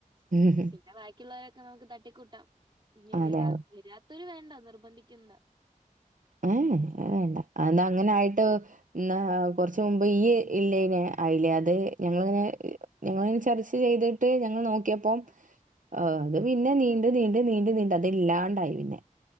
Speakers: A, on the right; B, on the right.
A: ഉം ഹും
B: പിന്നെ ബാക്കിയുള്ളവരൊക്കെ നമുക്ക് തട്ടിക്കൂട്ടാം ഇനി
A: അതെ
B: വരാ വരാത്തവര് വേണ്ട നിർബന്ധിക്കണ്ടാ
A: ഏഹ് അത് വേണ്ട അതെന്താ അങ്ങനായിട്ട് എന്നാ കൊറച്ച് മുമ്പ് ഈ ഇല്ലേന് ആയില്ലേ അത് ഞങ്ങളിങ്ങനെ ഞങ്ങള് ഇങ്ങനെ ചർച്ച ചെയ്തിട്ട് ഞങ്ങൾ നോ നോക്കിയപ്പം
B: ആഹ്
A: അത് പിന്നെ നീണ്ട് നീണ്ട് നീണ്ട് നീണ്ട് അത് ഇല്ലാണ്ടായി പിന്നെ